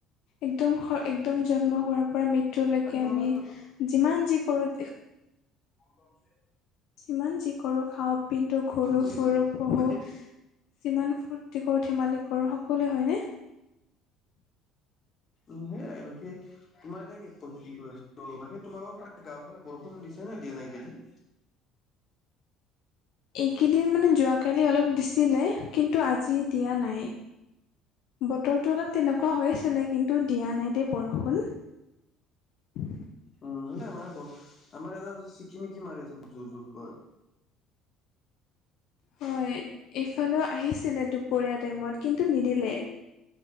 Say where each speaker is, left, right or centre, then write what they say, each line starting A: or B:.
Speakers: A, on the left; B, on the left.
A: একদম সয়- একদম জন্ম হোৱাৰ পৰা মৃত্যুলেকে
B: বাকী তোমালোকৰ
A: আমি যিমান যি কৰোঁ-
B: কনদম ছে
A: যিমান যি কৰোঁ খাওঁ পিন্ধো ঘৰু
B: বুজিলো
A: ফুৰো পঢ়ো-
B: বাকী
A: জিমান ফুুৰটি কৰো ধেমালি কৰো সকলোৱে হয়নে।
B: উম সেয়াই বিশেষ তোমাৰ এতিয়া কি ক আছো বাকী তোমালোকৰ ফালে গাঁৱৰ ফালে বৰষুণ- ষুণ দিছে নে দিয়া নাই এইগেইদিন?
A: এইকেইদিন মানে যোৱাকালি অলপ দিছিলে। কিন্তু, আজি দিয়া নাই। বতৰটো অলপ তেনেকুৱা হৈ আছিলে। কিন্তু, দিয়া নাই দেই বৰষুণ। <unintelligible>
B: উম আমাৰ ইয়াত আমাৰ এতিয়া ছিকিমিকি মাৰি আছিল জোৰ জোৰকৈ।
A: হয় এইফালেও আহিছিলে দুপৰীয়া টাইমত কিন্তু নিদিলে।